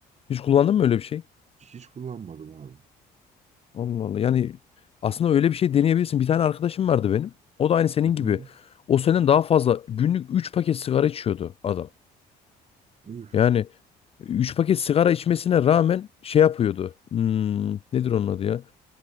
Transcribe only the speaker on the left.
Hiç kullandın mı öyle bir şey?
Allah Allah. Yani aslında öyle bir şey deneyebilirsin. Bir tane arkadaşım vardı benim. O da aynı senin
gibi. O senden daha fazla günlük üç paket sigara içiyordu adam.
Yani 3 paket sigara içmesine rağmen şey yapıyordu. Hmm, nedir onun adı ya?